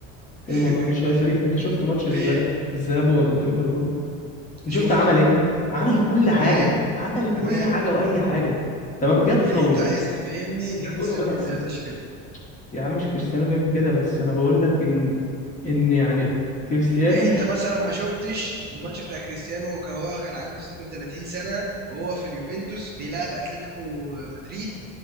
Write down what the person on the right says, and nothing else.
<laughs>
فين
شفته
تمام
تمام
يعني
انت عايز تفهمني ان
كريستيانو
ما
بيعملش كده
يعني انت مثلا ما شفتش الماتش بتاع كريستيانو كان هو كان عنده 36 سنة وهو في اليوفنتوس بيلعب اتلتيكو مدريد